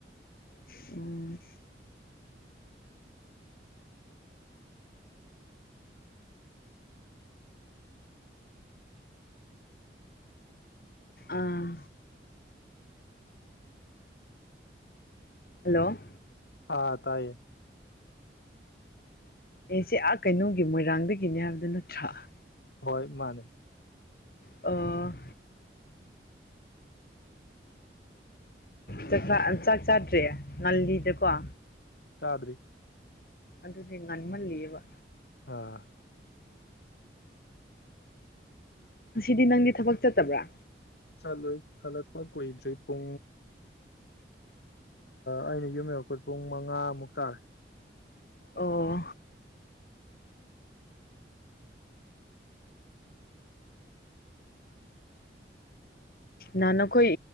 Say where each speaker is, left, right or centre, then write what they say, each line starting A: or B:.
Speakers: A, on the left; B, on the left.
A: ꯑꯣ ꯑꯥ ꯍꯜꯂꯣ
B: ꯑꯥ ꯇꯥꯏꯌꯦ
A: ꯑꯩꯁꯦ ꯑ ꯀꯩꯅꯣꯝꯇ ꯃꯣꯏꯔꯥꯡꯗꯒꯤꯅꯦ ꯍꯥꯏꯕꯗꯣ ꯅꯠꯇꯔꯣ
B: ꯍꯣꯏ ꯃꯥꯅꯦ
A: ꯑ ꯆ ꯆꯥꯛ ꯆꯥꯠ꯭ꯔ ꯅꯜꯗꯤꯗꯀ
B: ꯆꯗ꯭ꯔꯤ
A: ꯑꯗꯨꯗꯤ ꯉꯟꯃꯜꯜꯂꯤꯕ
B: ꯑꯥ
A: ꯑꯁꯤꯗꯤ ꯅꯪꯗꯤ ꯊꯕꯛ ꯆꯠꯇꯕ꯭ꯔꯥ
B: ꯆꯠꯂꯣꯏ ꯍꯜꯂꯛꯄ ꯀꯨꯏꯗ꯭ꯔꯤ ꯄꯨꯡ ꯑꯩꯅ ꯌꯨꯝ ꯌꯔꯛꯄꯣꯏ ꯄꯨꯡ ꯃꯉꯥꯃꯨꯛ ꯇꯥꯔꯦ
A: ꯑꯣ ꯅꯍꯥꯟꯈꯣꯏ